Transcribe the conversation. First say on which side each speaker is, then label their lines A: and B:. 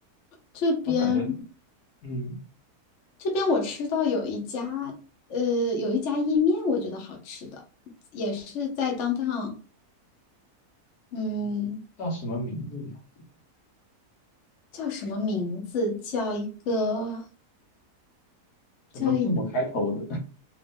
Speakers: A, on the left (about 55°); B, on the left (about 80°).
A: 这边
B: 我感觉，嗯，
A: 这边我吃到有一家呃有一家意面，我觉得好吃的，也是在当当，嗯，
B: 嗯叫什么名字你还记得？
A: 叫什么名字？叫一个
B: 什么字母开头的？
A: 叫一个